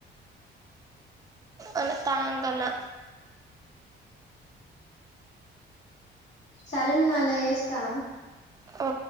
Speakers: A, on the right; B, on the left.
A: అ తానను కన్నా
B: సరే నేన్ మళ్ళా చేస్తా
A: ఉ